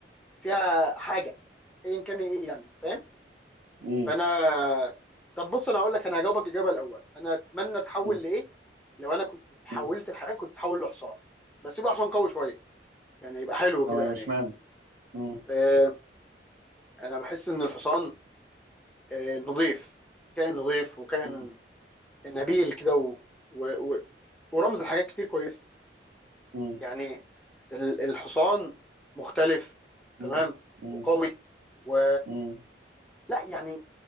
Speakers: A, in the centre; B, on the right.
A: فيها حاجه ايا كان ايه يعني فاهم
B: مم.
A: فانا طب بص انا هقول لك انا هجاوبك الاجابه الاول انا اتمنى اتحول
B: مم.
A: لايه لو انا كنت اتحولت
B: مم.
A: لحيوان كنت اتحول لحصان بس يبقى حصان قوي شويه يعني يبقى حلو كده
B: تمام
A: يعني
B: مش معنى مم.
A: آه، انا بحس ان الحصان آه، نظيف كائن نظيف وكائن
B: مم.
A: نبيل كده و... و... و... ورمز لحاجات كتير كويسه
B: مم.
A: يعني ال- الحصان مختلف
B: مم.
A: تمام
B: مم.
A: وقوي و
B: مم.
A: لا يعني